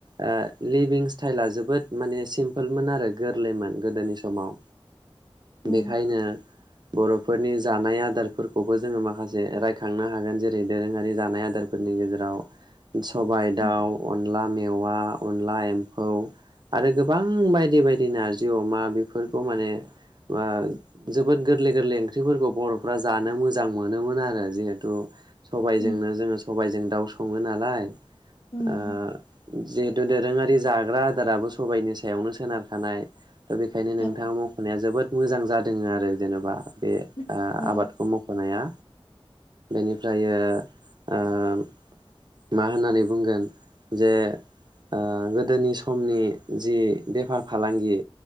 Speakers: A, on the right; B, on the left.
A: ओ लिभिंस्थ थाइला जोबोद माने सिम्पोलमोन आरो गोरलैमोन गोदोनि समाव
B: उम
A: बेखायनो बरफोरनि जानाय आदारफोरखौबो जोङो माखासे रायखांनो हागोन जेरै दोरोङारि जानाय आदारफोरनि गेजेराव सबायाइ
B: उम
A: दाउ अनला मेव अवा अनला एम्फौ आरो गोबां बायदि बायदि नारजि अमा बेफोरखौ माने ओ जोबोथ गोरलै गोरलै ओंख्रिफोरखौ बरफ्रा जानो मोजां मोनोमोन आरो जिहेथु सबायाइजोंनो
B: उम
A: जोङो सबायजों दाउ सङो नालाय
B: उम
A: ओ जि दोरोङारि जाग्रा आदाराबो सबाइनि सायावनो सोनारखानाय दा बेखायनो
B: औ
A: नोंथाङा मखनाया जोबोद मोजां जा जोङो आरो जेनेबा बे
B: ओ
A: आबादखौ मखनाया बेनिफ्राय ओ आम मा होननानै बुंगोन जे ओ गोदोनि समनि जि बेफार फालांगि